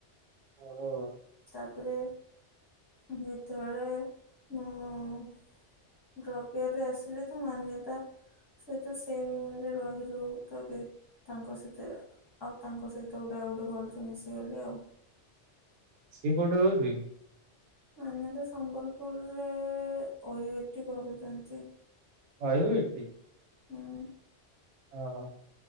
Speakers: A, on the right; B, on the left.
A: ଓହୋ
B: ତାପରେ ଯେତେବେଳେ ମୁଁ‌ ଡ୍ରପ୍ ଇୟରେ ଆସିଲେ ତ ମାନ୍ୟତା ସେ ତ ସେମ୍ ରେ ରହିଲୁ ତ ଏବେ ତାଙ୍କ ସହିତ ଆଉ ତାଙ୍କ ସହିତ ଗୋଟେ ଆଉ ଗୋଟେ ଭଲସେ ମିଶିଗଲି ଆଉ।
A: ସିଏ କୋଉଠି ରହୁଛି କି?
B: ମାନ୍ୟତା ସମ୍ୱଲପୁର ରେ ଓୟୋଇଟି କରୁଛନ୍ତି।
A: ଆୟୋଇଟି
B: ହୁଁ
A: ଓ ହୋ।